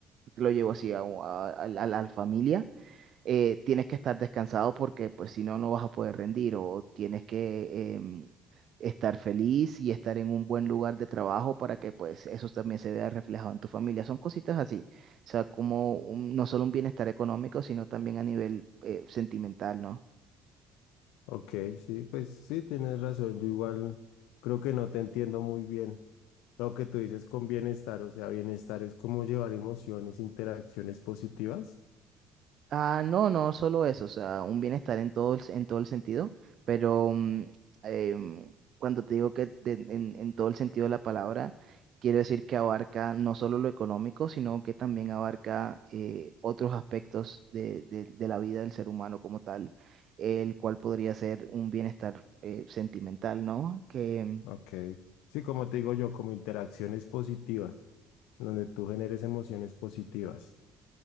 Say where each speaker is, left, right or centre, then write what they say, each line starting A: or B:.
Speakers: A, on the right; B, on the left.
A: lo llevo así a, un- a a la a la familia. eh, tienes que estar descansado porque pues si no, no vas a poder rendir o tienes que em, estar feliz y estar en un buen lugar de trabajo para que pues eso también se vea reflejado en tu familia. Son cositas así, o sea, como un- no solo un bienestar económico, sino también a nivel eh, sentimental, ¿no?
B: Ok, sí, pues sí, tienes razón. Yo igual creo que no te entiendo muy bien lo que tú dices con bienestar. O sea, bienestar es como llevar emociones, interacciones positivas.
A: Ah, no, no solo eso, o sea, un bienestar en todo el, en todo el sentido, pero mm, em, cuando te digo que de- en, en todo el sentido de la palabra, quiero decir que abarca no solo lo económico, sino que también abarca eh, otros aspectos de, de- de la vida del ser humano como tal, el cual podría ser un bienestar eh, sentimental, ¿no? Que mm,
B: Ok. Sí, como te digo yo, como interacciones positivas, donde tú generes emociones positivas.